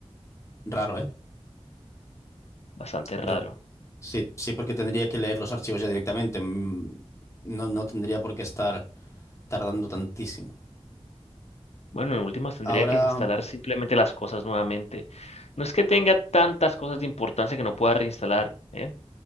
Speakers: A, on the left (about 25°); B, on the left (about 75°).
A: raro, ¿eh?
B: bastante raro.
A: Ra- sí, sí, porque tendría que leer los archivos ya directamente. mm, no, no tendría por qué estar tardando tantísimo.
B: Bueno, en últimas tendría
A: Ahora,
B: que instalar simplemente las cosas nuevamente. No es que tenga tantas cosas de importancia que no pueda reinstalar, ¿eh?